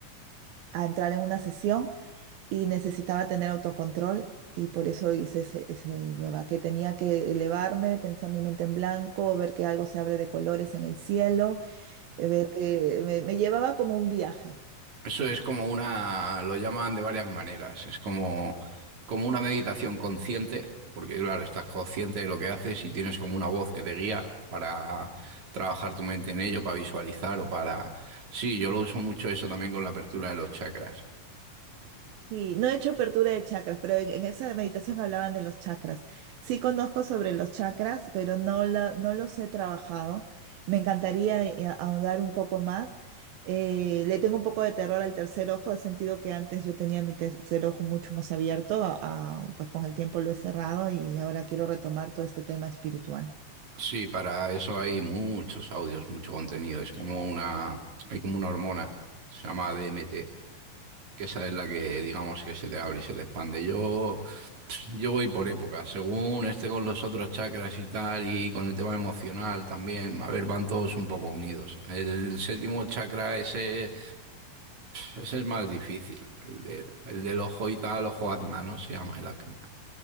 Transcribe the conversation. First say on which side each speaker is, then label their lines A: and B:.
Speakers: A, on the right; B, on the right.
A: a entrar en una sesión y necesitaba tener autocontrol y por eso hice ese, ese yoga, que tenía que elevarme, pensar mi mente en blanco, ver que algo se abre de colores en el cielo, eh, ver que me, me llevaba como un viaje.
B: Eso es como una, lo llaman de varias maneras, es como, como una meditación consciente, porque claro, estás consciente de lo que haces y tienes como una voz que te guía para trabajar tu mente en ello, para visualizar o para... Sí, yo lo uso mucho eso también con la apertura de los chakras.
A: Sí, no he hecho apertura de chakras, pero en, en esa meditación hablaban de los chakras. Sí conozco sobre los chakras, pero no, la- no los he trabajado. Me encantaría eh, ahondar un poco más. Eh, le tengo un poco de terror al tercer ojo, he sentido que antes yo tenía mi tercer ojo mucho más abierto, a- a- pues con el tiempo lo he cerrado y ahora quiero retomar todo este tema espiritual.
B: Sí, para eso hay muchos audios, mucho contenido, es como una, hay como una hormona, se llama DMT, que esa es la que digamos que se te abre y se te expande. Yo... Yo voy por épocas, según esté con los otros chakras y tal, y con el tema emocional también. A ver, van todos un poco unidos. El séptimo chakra, ese, ese es más difícil. El de- el del ojo y tal, ojo Azna, ¿no? Se llama el acné.